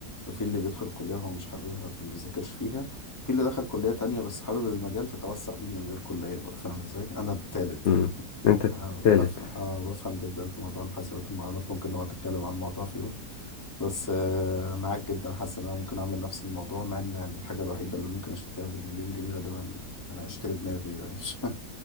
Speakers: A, on the left; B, on the left.
A: وفي اللي بيدخل الكلية وهو مش حاببها فما بيذاكرش فيها وفي اللي دخل كلية تانية بس حابب المجال فتوسع بيه من غير كلية بقى فاهم ازاي؟ أنا التالت
B: مم.
A: ده
B: أنت التالت
A: أنا بفهم آه بفهم جدا في موضوع الحاسبات والمعلومات ممكن نقعد نتكلم عن الموضوع في يوم بس آه، معاك جدا حاسس ان انا ممكن اعمل نفس الموضوع مع ان يعني الحاجه الوحيده اللي ممكن اشتريها بالمليون جنيه غالبا انا اشتري دماغي <laughs> مش